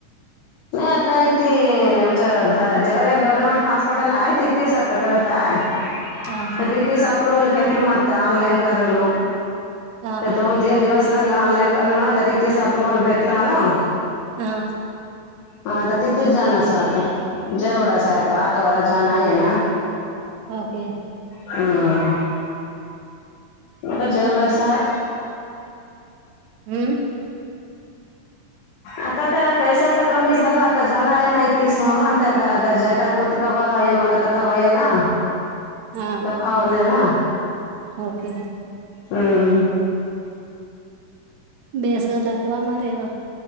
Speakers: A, on the left; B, on the right.
A: नाही आता इथे आमच <unintelligible> गव्हर्मेंट हॉस्पिटल हाय तिथेच आता करत <unintelligible>
B: हा हा
A: तिथंच अप्रुवल घेतल म आता ऑनलाईन करून.
B: हा
A: तर
B: हा
A: दोन तीन दिवस लागला ऑनलाइन करून तर तिथंच अप्रुव्हल भेटला ना.
B: हा
A: हा आता ते तेच जाणसं आता जेवढच आहे आता आठवडा जाणा येना.
B: ओके
A: ह... आता जेवरासा.
B: हूं...
A: आता तर पैश तर कमी झाला आता जाणं- येणं हाय तीस मंत आता आता जटा कोत कवा आहे मला, तर तवा आहे ना
B: हा
A: फावन आहे ना.
B: ओके
A: हूं....
B: बेसग दाकवा मारे गं.